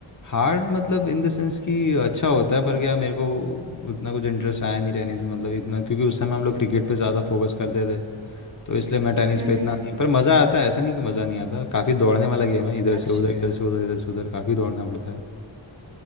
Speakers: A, on the left; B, on the right.
A: हार्ड मतलब इन द सेंस कि अच्छा होता है पर क्या मेरे को उतना कुछ इंटरेस्ट आया नहीं टेनिस में मतलब इतना क्योंकि उस समय हम लोग क्रिकेट पे ज़्यादा फोकस करते थे तो इसलिए मैं टेनिस
B: हम्म
A: पे इतना
B: हम्म
A: नहीं पर मज़ा आता है ऐसा नहीं कि मज़ा नहीं आता काफ़ी दौड़ने वाला गेम है इधर
B: अच्छा
A: से उधर इधर से उधर इधर से उधर काफ़ी दौड़ना पड़ता है